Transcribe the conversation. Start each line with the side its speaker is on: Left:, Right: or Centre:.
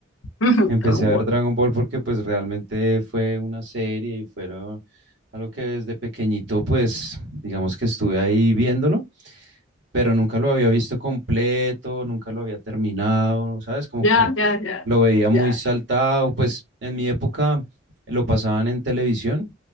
Left: <laughs> ujú,
Right: Empecé
Left: Dragon
Right: a ver
Left: Ball.
Right: Dragon Ball porque pues realmente fue una serie y fueron algo que desde pequeñito pues digamos que estuve ahí viéndolo, pero nunca lo había visto completo, nunca lo había terminado, ¿sabes? Como
Left: Ya,
Right: que
Left: ya, ya,
Right: lo veía muy
Left: ya.
Right: saltado, pues en mi época lo pasaban en televisión,